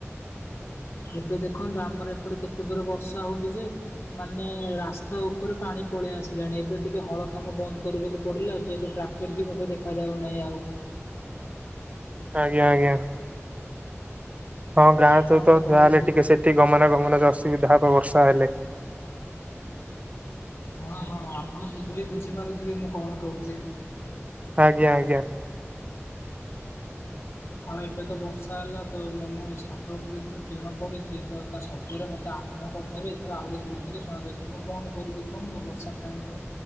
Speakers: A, on the left; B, on the right.
A: ଏବେ ଦେଖନ୍ତୁ ଆମର ଏପଟେ କେତେ ଜୋର ବର୍ଷା ହଉଛି ଯେ ମାନେ ରାସ୍ତା ଉପରେ ପାଣି ପଳେଇ ଆସିଲାଣି। ଏବେ ଟିକେ ହଳ କାମ ବନ୍ଦ କରିବାକୁ ପଡ଼ିଲା ଯେହେତୁ ଟ୍ରାକ୍ଟର ବି ମଧ୍ୟ ଦେଖାଯାଉନାହିଁ ଆଉ।
B: ଆଜ୍ଞା ଆଜ୍ଞା। ହଁ ଗାଁ
A: ଆପଣ
B: ତ ତ
A: ବୋଧହୁଏ
B: ଯାହେଲେ ଟିକେ ସେଠି ଗମନାଗମନରେ ଅସୁବିଧା ହବ ବର୍ଷା ହେଲେ।
A: ହଁ ହଁ ଆପଣ ବୋଧ ହୁଏ ବୁଝିପାରୁଥିବେ ମୁଁ କଣ କହୁଛି?
B: ଆଜ୍ଞା ଆଜ୍ଞା
A: ଆଉ ଏବେ ତ ବର୍ଷା ହେଲା ତ ମୁଁ ମୋ ଛାତ ଉପରେ ଯଦି ଟିଣ ପଡ଼ିଛି ତ ତା ଶବ୍ଦରେ ମୋତେ ଆପଣଙ୍କ କଥା ବି ଏଥର ଆହୁରି ଧୀରେ ଧୀରେ ଶଣାଯାଉଛି ମୁଁ କଣ କରିବି କୁହନ୍ତୁ ବର୍ଷା ପାଇଁ ତ